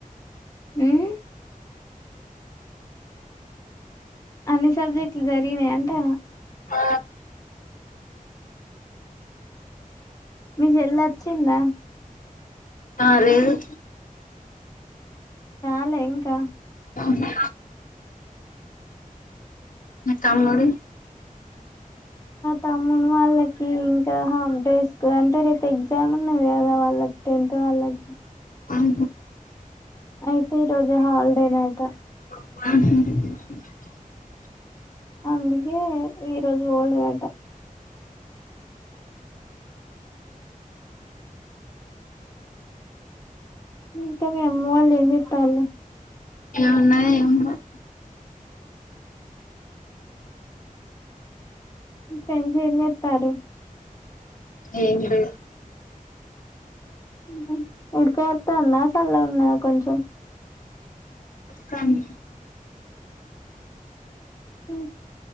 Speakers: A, on the left; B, on the left.
A: హ్మ్ అన్ని సబ్జెక్టులు జరిగినాయి అంటానా,
B: ఆ
A: మీ చెల్ల వచ్చిందా
B: ఆ లేదు
A: రాలె ఇంకా
B: అవునా నా తమ్ము డు
A: తమ్మును వాళ్ళకి ఇంకా హాఫ్ డేస్ కదా అంటే రేపు ఎగ్జామ్ ఉన్నది కదా వాళ్ళకి టెన్త్ వాళ్ళకి
B: అహ
A: అయితే ఈ రోజే హాల్ డే నాట
B: వాహ
A: అందుకే ఈరోజు పోలేదట ఇంకా మీ అమ్మ వాళ్ళు ఏం చెత్తలు
B: ఏమున్నది ఏం లే
A: నీ ఫ్రెండ్స్ ఎం చెత్తారు
B: ఏం లే
A: హు ఉడక పొత్తందా చల్లగ ఉంద కొంచెం
B: తన్
A: హు